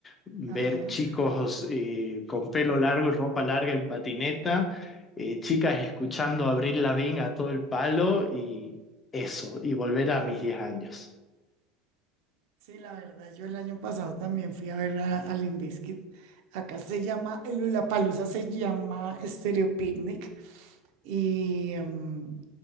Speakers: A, on the left; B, on the right.
A: ver
B: Ajá.
A: chicos eh, con pelo largo y ropa larga en patineta, eh, chicas escuchando a Avril Lavigne a todo el palo y eso, y volver a mis 10 años.
B: Sí, la verdad, yo el año pasado también fui a ver a, a Limp Bizkit. Acá se llama, el Lollapalooza se llama Stereo Picnic Y em,